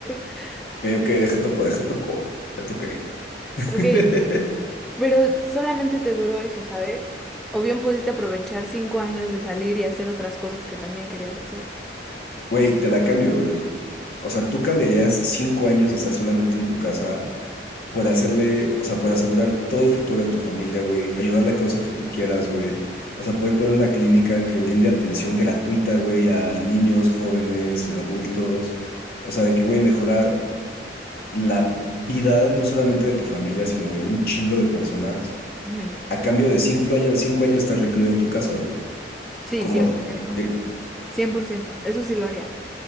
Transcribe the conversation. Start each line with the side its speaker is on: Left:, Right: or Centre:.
Centre: <laughs>
Left: ok, deja toco, deja toco. Ya toqué. <laughs>
Centre: Ok, pero solamente te duró eso, ¿sabes? O bien pudiste aprovechar cinco años de salir y hacer otras cosas que también querías hacer.
Left: Güey, te la cambio, güey. O sea, ¿tú cambiarías cinco años de estar solamente en tu casa por hacerle, o sea, por asegurar todo el futuro de tu familia, güey, ayudar la causa que tú quieras, güey. O sea, poder poner una clínica que brinde atención gratuita, güey, a niños, jóvenes, adultos. O sea, de que, güey, mejorar la vida no solamente de tu familia, sino de un chingo de personas,
Centre: Ujú.
Left: a cambio de cinco años, cinco años estar recluido en tu casa, güey,
Centre: Sí,
Left: cómoda
Centre: cien por ciento.
Left: y morir.
Centre: cien por ciento. Eso sí lo haría.